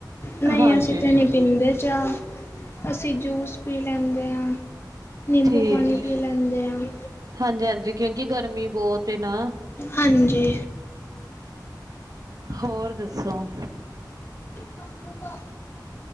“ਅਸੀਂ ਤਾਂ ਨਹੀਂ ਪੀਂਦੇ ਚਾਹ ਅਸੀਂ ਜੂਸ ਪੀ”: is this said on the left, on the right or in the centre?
Left